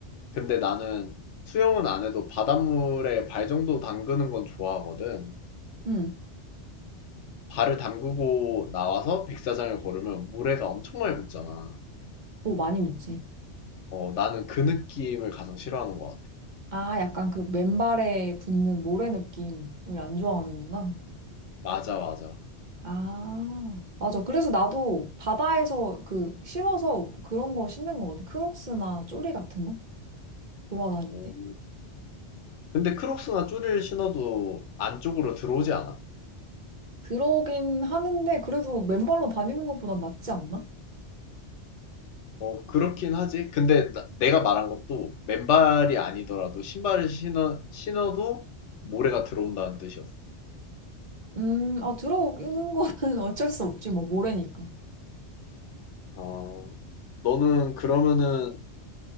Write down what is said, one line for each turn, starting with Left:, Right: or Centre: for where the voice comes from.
Left: 근데 나는 수영은 안 해도 바닷물에 발 정도 담그는 건 좋아하거든.
Right: 응.
Left: 발을 담그고 나와서 백사장을 걸으면 모래가 엄청 많이 묻잖아.
Right: 오, 많이 묻지.
Left: 어 나는 그 느낌을 가장 싫어하는 것 같아.
Right: 아, 약간 그 맨발에 붙는 모래 느낌을 안 좋아하는구나.
Left: 맞아, 맞아.
Right: 아, 맞아. 그래서 나도 바다에서 그 싫어서 그런 거 신는 거 같아. 크록스나 쪼리 같은 거? 돌아다닐
Left: 오.
Right: 때.
Left: 근데 크록스나 쪼리를 신어도 안쪽으로 들어오지 않아.
Right: 들어오긴 하는데, 그래도 맨발로 다니는 것보단 낫지 않나?
Left: 어 그렇긴 하지. 근데 나- 내가 말한 것도 맨발이 아니더라도 신발을 신어 신어도 모래가 들어온다는 뜻이었어.
Right: 음, 아, 들어오는 거는 <laughs> 어쩔 수 없지, 뭐, 모래니까.
Left: 어 너는 그러면은